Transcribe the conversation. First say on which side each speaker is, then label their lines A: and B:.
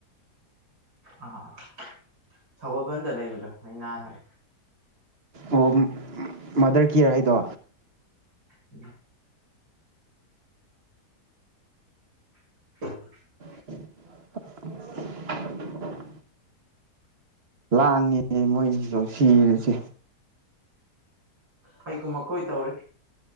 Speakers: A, on the right (about 75°); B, on the right (about 40°).
A: ꯑꯥ ꯁꯒꯣꯜꯕꯟꯗ ꯂꯩꯕꯗꯣ ꯑꯩ ꯅꯍꯥꯟꯔ
B: ꯑꯣ ꯃꯥꯗꯔ ꯀꯤꯌꯔ ꯍꯥꯏꯗꯣ
A: ꯎꯝ <inaudible>
B: <inaudible> ꯂꯥꯡꯉꯦ ꯃꯣꯏꯒꯤꯁꯨ ꯁꯤꯔꯨꯁꯦ
A: ꯑꯩ ꯀꯨꯃ ꯀꯣꯏꯇꯥꯕꯔꯤ